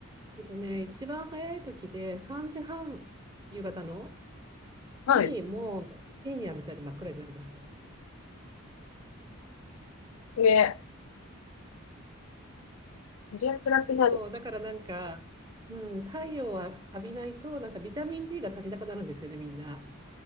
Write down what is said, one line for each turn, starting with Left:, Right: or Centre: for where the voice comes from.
Right: えっとね、一番早い時で3時半、夕方の。
Left: はい。
Right: に、もう深夜みたいに真っ暗になります。
Left: ね、そりゃ暗くなる。
Right: そう、だからなんか、うん、太陽を浴びないと、なんかビタミン D が足りなくなるんですよね、みんな。